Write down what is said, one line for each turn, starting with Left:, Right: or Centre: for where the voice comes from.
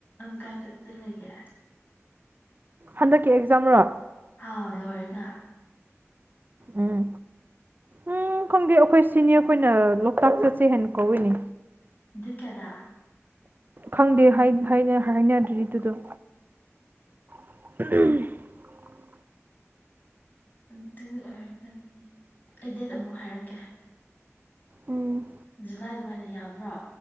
Left: ꯀꯥꯏ ꯆꯠꯇꯣꯏ ꯂꯩꯒꯦ
Right: ꯍꯟꯗꯛꯀꯤ ꯑꯦꯛꯖꯥꯝ ꯔꯣ
Left: ꯑꯥꯎ ꯂꯣꯏꯔꯒ
Right: ꯎꯝ ꯎꯝ ꯈꯪꯗꯦ ꯑꯩꯈꯣꯏ ꯁꯤꯅꯤꯌꫪꯈꯣꯏꯅ ꯂꯣꯛꯇꯥꯛ ꯆꯠꯁꯦ ꯍꯥꯏꯅ ꯀꯧꯏꯤꯅꯦ
Left: ꯗꯦꯠ ꯀꯌꯥꯗꯥ
Right: ꯈꯪꯗꯦ ꯍꯥꯏꯅꯗ꯭ꯔꯤꯗꯨꯗꯣ <unintelligible>
Left: ꯑꯗꯨ ꯑꯣꯏꯔꯒꯗꯤ ꯑꯩ ꯗꯦꯠ ꯑꯃꯨꯛ ꯍꯥꯏꯔꯛꯀꯦ
Right: ꯎꯝ
Left: ꯖꯨꯂꯥꯏ ꯑꯗꯨꯋꯥꯏꯗ ꯌꯥꯕ꯭ꯔꯣ